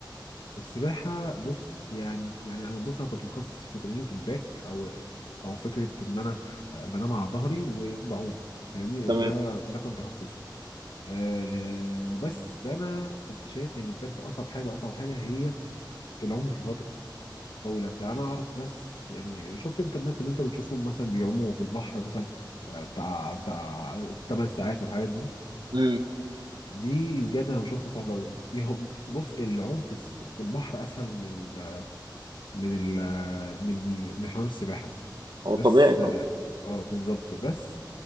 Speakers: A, on the left; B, on the right.
A: السباحه بص يعني يعني انا بص انا كنت متخصص في تمرينة الباك او او فكره ان انا آه، بنام على ظهري وبعوم فاهمني
B: تمام
A: ده ده كان تخصصي آه بس انا كنت شايف ان بجد اصعب حاجه اصعب حاجه هي العوم لفترات طويله يعني انا اعرف ناس يعني شفت انت الناس اللي انت بتشوفهم مثلا بيعوموا في البحر مثلا آه، بتاع بتاع 8 ساعات والحاجات دي
B: امم
A: دي بجد انا بشوفها صعبه قوي بص العوم في الس- في البحر اسهل من ال من ال من من حمام السباحه
B: هو
A: بس
B: طبيعي طبعا
A: اه آه، بالظبط بس